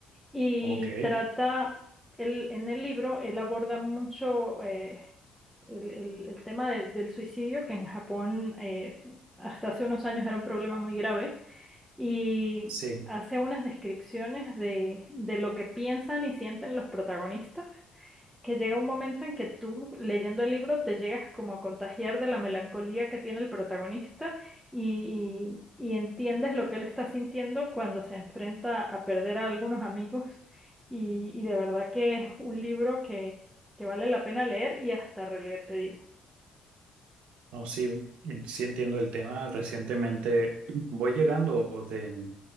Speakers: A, in the centre; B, on the right.
A: y
B: Ok,
A: trata, él, en el libro, él aborda mucho... eh, el, el- el tema de- del suicidio, que en Japón eh, hasta hace unos años era un problema muy grave, y
B: sí,
A: hace unas descripciones de, de lo que piensan y sienten los protagonistas, que llega un momento en que tú leyendo el libro te llegas como a contagiar de la melancolía que tiene el protagonista y, y y entiendes lo que él está sintiendo cuando se enfrenta a perder a algunos amigos. Y, y de verdad que es un libro que, que vale la pena leer y hasta releer, te digo.
B: no, sí, sí entiendo el tema. Recientemente voy llegando de,